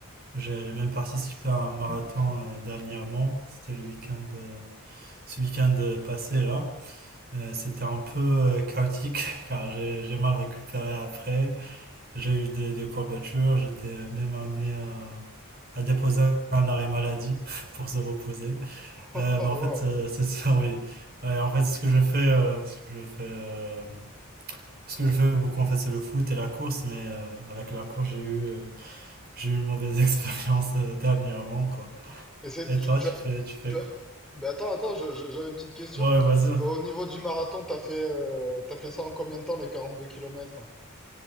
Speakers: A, on the right (about 45°); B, in the centre.
A: J'ai même participé à un marathon euh, dernièrement. C'était le week-end, euh, ce week-end euh, passé là. Euh, c'était un peu euh, chaotique <laughs> car j'ai j'ai mal récupéré après. J'ai eu des, des courbatures. J'étais même amené à, à déposer un arrêt maladie <laughs> pour se reposer.
B: <laughs>
A: Euh, mais en fait,
B: Waouh.
A: euh, <laughs> c'est ça, oui. Ouais, en fait, c'est ce que je fais, euh, ce que je fais. euh, ce que je fais beaucoup, en fait, c'est le foot et la course, mais euh, avec la course, j'ai eu, euh, j'ai eu une mauvaise <laughs> expérience euh, dernièrement, quoi.
B: Et c'est,
A: Et
B: tu,
A: toi,
B: tu
A: tu
B: as,
A: fais, tu fais
B: tu
A: quoi?
B: as- Mais attends, attends, je- je- j'avais une petite question.
A: Ouais, vas-y.
B: Au niveau du marathon, t'as fait, euh, t'as fait ça en combien de temps les 42 km?